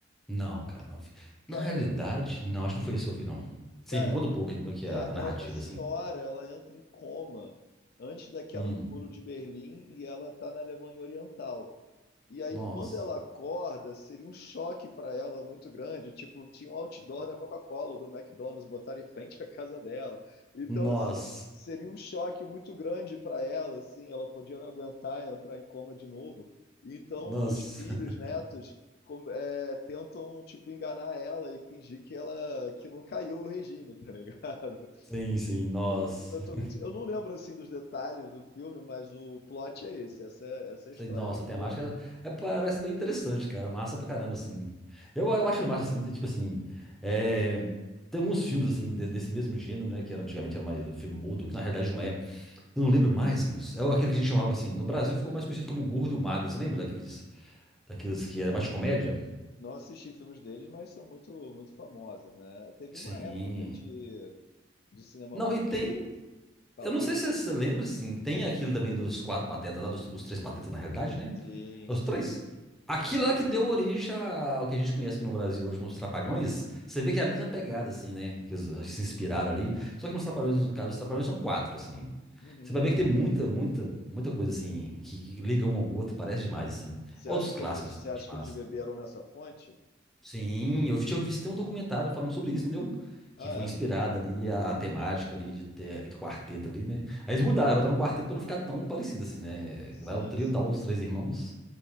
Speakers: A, in the centre; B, on the left (about 50°).
A: Não, cara, não vi.
B: Cara,
A: Na realidade, não, acho que não foi isso que eu vi, não. Sim,
B: cara,
A: me conta um pouco aí como é que
B: é,
A: é a narrativa,
B: é uma senhora,
A: assim.
B: ela entra em coma antes da queda
A: Hum,
B: do Muro de Berlim e ela tá na Alemanha Oriental. E aí,
A: nossa.
B: quando ela acorda, seria um choque para ela muito grande. Tipo, tinha um outdoor da Coca-Cola, ou do McDonald's, botaram em frente à casa dela. Então,
A: Nossa.
B: assim, seria um choque muito grande para ela, assim, ela podia não aguentar e entrar em coma de novo. Então,
A: Nossa.
B: os filhos,
A: <laughs>
B: netos, com- é, tentam, tipo, enganar ela e fingir que ela que não caiu o regime, tá ligado? <laughs>
A: Sim, sim, nossa.
B: Então, o filme é todo... esse- Eu não lembro, assim, dos detalhes do filme, mas o plot é esse, essa, é, essa é a
A: Sei,
B: história,
A: Nossa,
B: é o enredo.
A: a temática é, parece bem interessante, cara. Massa pra caramba, assim. Eu, eu acho massa, assim, tipo assim. é, tem alguns filmes, assim, de- desse mesmo gênero, né? Que era, antigamente era mais um filme mudo, que na realidade não é. Eu não lembro mais, moço. É aquele que a gente chamava assim. No Brasil ficou mais conhecido como o Gordo e o Magro. Você lembra daqueles, daqueles que era mais comédia?
B: Não assisti filmes deles, mas são muito, muito famosos, né? Teve
A: Sim.
B: uma época de, de cinema
A: Não,
B: mudo.
A: e tem.
B: Fala,
A: Eu não
B: fala.
A: sei se você lembra, assim, tem aquilo também dos quatro patetas lá, dos, dos três patetas na realidade, né?
B: Sim,
A: Os
B: sim.
A: três. Aquilo lá que deu origem a- ao que a gente conhece aqui no Brasil hoje como os Trapalhões. Você vê que é a mesma pegada, assim, né? Que os- se inspiraram ali. Só que nos Trapalhões, no caso, os Trapalhões são quatro, assim.
B: Uhum.
A: Você vai ver que tem muita, muita, muita coisa, assim, que liga um ao outro, parece demais, assim.
B: Você
A: Outros
B: acha que
A: clássicos,
B: eles,
A: assim,
B: você
A: que
B: acha
A: eu acho massa.
B: que eles beberam nessa fonte?
A: Sim, eu tinha visto até um documentário falando sobre isso, entendeu? Que
B: Ah,
A: foi inspirada
B: é?
A: ali a, a temática ali de ter aquele quarteto ali, né? Aí eles mudaram, botaram um quarteto pra não ficar tão parecido assim, né?
B: Sim,
A: Lá é o trio,
B: sim,
A: tal, os três irmãos.